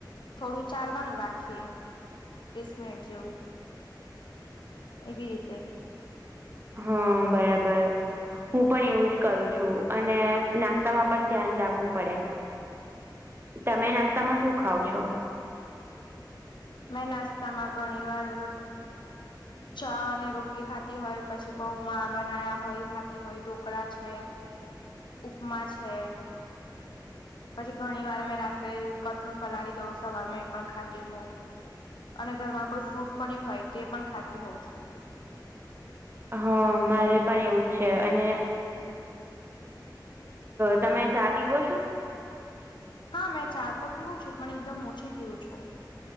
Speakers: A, on the left; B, on the right.
A: થોડું ચાલવાનું રાખીએ ત્રીસ મિનિટ જેવું એવી રીતે
B: હા બરાબર હું પણ એવું જ કરું છું અને નાસ્તામાં પણ ધ્યાન રાખવું પડે તમે નાસ્તામાં શું ખાવ છો
A: મેં નાસ્તા માં ઘણી વાર ચા અને રોટલી ખાતી હોય પછી પૌવા બનાયા હોય ખાતી હોય ઢોકળા છે ઉપમા છે પછી ઘણી વાર મેમે રાત્રે કઠોળ પલાળી દઉં સવારમાં એ પણ ખાતી હોવ અને ઘરમાં કોઈ ફ્રૂટ પડ્યું હોય તો એ પણ ખાતી હોઉં છું
B: હા મારે પણ એવું જ છે અને તમે ચા પીવો છો
A: હા મેં ચા તો પીવું છું પણ એકદમ ઓછી પીવું છું